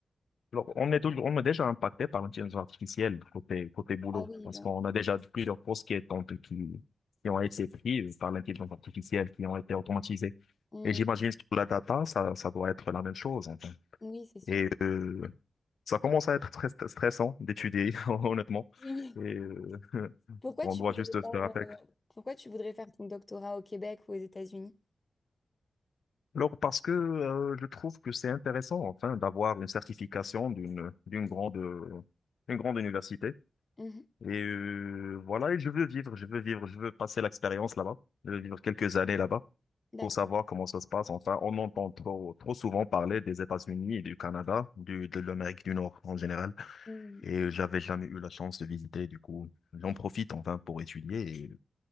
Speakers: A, on the left (about 80°); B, on the left (about 25°).
A: Alors, on est, toujours- on est déjà impacté par l'intelligence artificielle côté, côté boulot,
B: Ah oui,
A: parce
B: bien.
A: qu'on a déjà plusieurs postes qui, étant- qui, qui ont été pris par l'intelligence artificielle, qui ont été automatisés.
B: hum,
A: Et j'imagine que pour la data, ça, ça doit être la même chose, en
B: Oui, c'est sûr.
A: Et euh, ça commence à être très st- stressant d'étudier, <laughs> honnêtement.
B: Oui.
A: Et euh, <laughs>
B: Pourquoi
A: on
B: tu
A: doit
B: voudrais
A: juste
B: pas
A: faire avec.
B: pourquoi tu voudrais faire ton doctorat au Québec ou aux États-Unis?
A: Alors, parce que euh, je trouve que c'est intéressant, enfin, d'avoir une certification d'une d'une grande, euh, une grande université
B: Mhm,
A: Et euh, voilà, et je veux vivre, je veux vivre, je veux passer l'expérience là-bas. Je veux vivre quelques années là-bas
B: D'accord.
A: pour savoir comment ça se passe. Enfin, on entend trop, trop souvent parler des États-Unis et du Canada, du, de l'Amérique du Nord en général.
B: Hum.
A: Et j'avais jamais eu la chance de visiter. Du coup, j'en profite enfin pour étudier et,